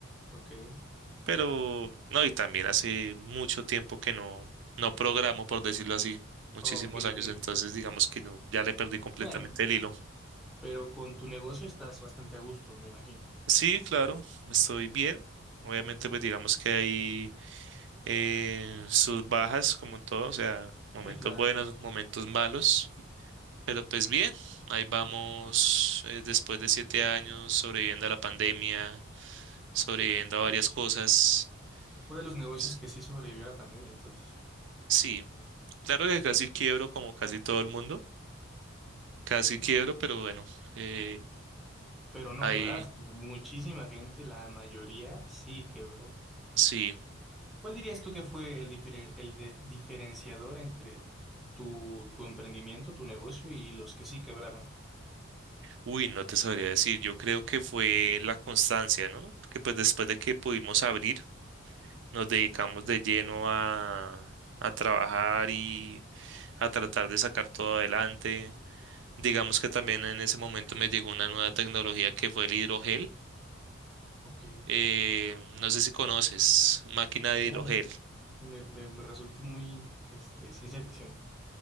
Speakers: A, in the centre; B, on the right.
A: Ok.
B: pero no, y también hace mucho tiempo que no, no programo, por decirlo así, muchísimos
A: Oh, ok,
B: años,
A: ok.
B: entonces digamos que no, ya le perdí completamente
A: Bueno,
B: el hilo.
A: pero con tu negocio estás bastante a gusto, me imagino.
B: Sí, claro, estoy bien. Obviamente, pues digamos que hay eh, sus bajas, como en todo, o sea, momentos
A: Sí, claro.
B: buenos, momentos malos. Pero pues bien, ahí vamos eh, después de siete años sobreviviendo a la pandemia, sobreviviendo a varias cosas.
A: Fue de los negocios
B: S-
A: que sí sobrevivió a la pandemia, entonces.
B: Sí, claro que casi quiebro como casi todo el mundo, casi quiebro, pero bueno, eh,
A: Pero no
B: ahí
A: quebraste. Muchísima gente, la mayoría sí quebró.
B: sí.
A: ¿Cuál dirías tú que fue el diferen- el de- diferenciador entre tu tu emprendimiento, tu negocio y los que sí quebraron?
B: Uy, no te sabría decir, yo creo que fue la constancia, ¿no? Porque pues después de que pudimos abrir, nos dedicamos de lleno a, a trabajar y a tratar de sacar todo adelante. Digamos que también en ese momento me llegó una nueva tecnología que fue el hidrogel.
A: Ok,
B: Eh, no sé si conoces, máquina
A: no,
B: de hidrogel.
A: me, me- me resulta muy este, ciencia ficción.